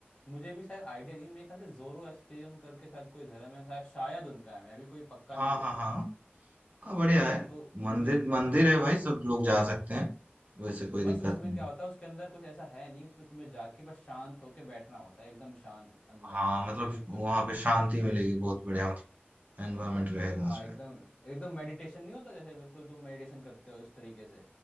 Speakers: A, on the left (about 25°); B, on the right (about 40°).
A: मुझे भी शायद आइडिया नहीं मेरे ख्याल से जोरोस्ट्रियन करके शायद कोई धर्म है शायद शायद उनका है मैं भी कोई पक्का
B: हाँ
A: नहीं बोल
B: हाँ
A: रहा
B: हाँ
A: हूँ
B: हाँ बढ़िया है
A: हाँ तो उनमें
B: मंदिर
A: से-
B: मंदिर है
A: हाँ
B: भाई सब लोग जा सकते हैं वैसे कोई दिक्कत
A: बस उसमें
B: नहीं
A: क्या होता है उसके अंदर कुछ ऐसा है नहीं उसमें तुम्हें जाके बस शांत होके बैठना होता है एकदम शांत अंदर
B: हाँ मतलब
A: बिल्कुल
B: वहां
A: चुप
B: पे शांति मिलेगी बहुत बढ़िया एनवायरमेंट रहेगा
A: हाँ
B: शायद
A: एकदम एकदम मेडिटेशन नहीं होता जैसे बिल्कुल तुम मेडिटेशन करते हो इस तरीके से